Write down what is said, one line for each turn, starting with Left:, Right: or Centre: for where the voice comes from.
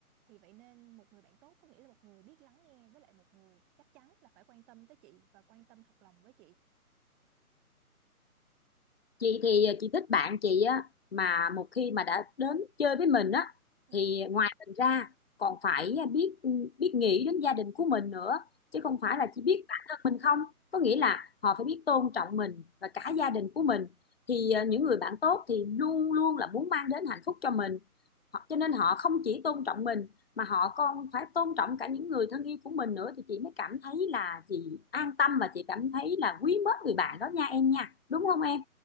Centre: vì vậy nên một người bạn tốt có nghĩa là một người biết lắng nghe với lại một người chắc chắn là phải quan tâm tới chị và quan tâm thật lòng với chị.
Left: chị thì ờ, chị thích bạn chị á mà một khi mà đã đến chơi với mình á
Centre: Dạ.
Left: thì ngoài mình ra còn phải ờ, biết ừ, biết nghĩ đến gia đình của mình nữa chứ không phải
Centre: Ừm,
Left: là chỉ biết bản thân mình không có nghĩa là họ phải biết tôn trọng mình và cả gia đình của mình thì ờ, những người bạn tốt thì luôn luôn là muốn mang đến hạnh phúc cho mình họ cho nên họ không chỉ tôn trọng mình mà họ còn phải tôn trọng cả những người thân yêu của mình nữa thì chị mới cảm thấy là chị an tâm và chị cảm thấy là quý mến người bạn đó nha em nha đúng không em